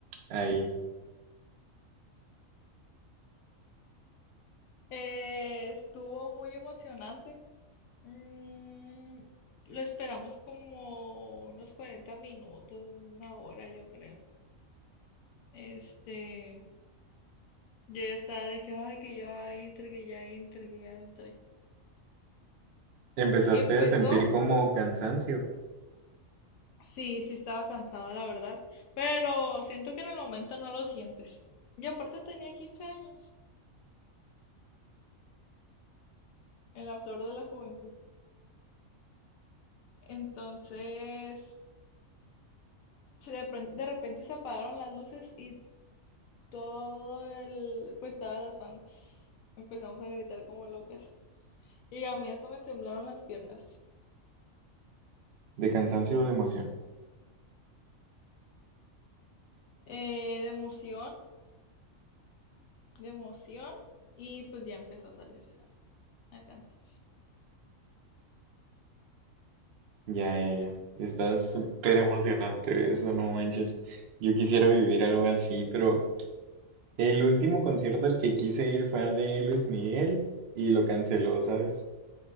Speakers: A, on the right; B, on the left.
A: ahí.
B: Eh, estuvo muy emocionante. Mm, lo esperamos como unos 40 minutos, una hora, yo creo. Este, yo ya estaba de que, ay, que ya entre, que ya entre, que ya entre.
A: Empezaste
B: Empezó,
A: a sentir como cansancio,
B: sí, sí estaba cansada, la verdad, pero siento que en el momento no lo sientes. Y aparte tenía 15 años, en la flor de la juventud. Entonces, se de, pren- de repente se apagaron las luces y todo el, pues todas las fans empezamos a gritar como locas. Y a mí hasta me temblaron las piernas.
A: de cansancio o de emoción.
B: eh, de emoción, de emoción. Y pues ya empezó a salir Harry a cantar.
A: Ya, ya, ya. Está súper emocionante eso, no manches. Yo quisiera vivir algo así, pero el último concierto al que quise ir fue al de Luis Miguel y lo canceló, ¿sabes?